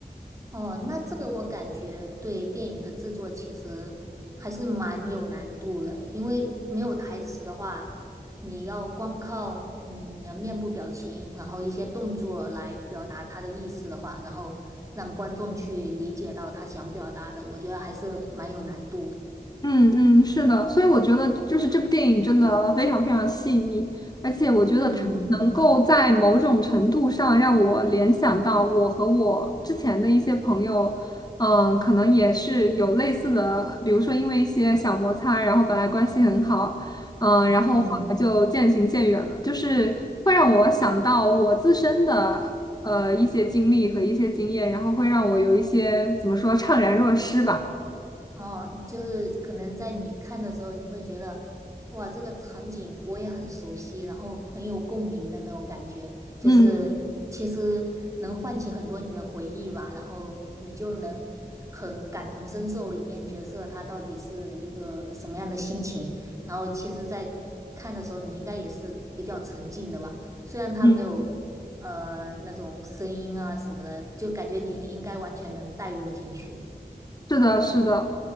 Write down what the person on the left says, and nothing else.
嗯嗯，是的，所以我觉得就是这部电影真的非常非常细腻，而且我觉得它能够在某种程度上让我联想到我和我之前的一些朋友，
嗯，可能也是有类似的，比如说因为一些小摩擦，然后本来关系很好，嗯，然后后来就渐行渐远了，
就是会让我想到我自身的呃一些经历和一些经验，然后会让我有一些怎么说怅然若失吧，
嗯。
嗯
是的，是的，